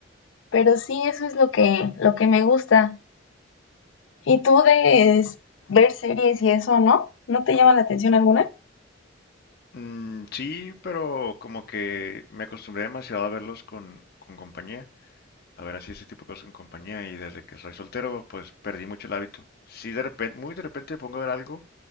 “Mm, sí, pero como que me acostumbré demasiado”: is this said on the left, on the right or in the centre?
Left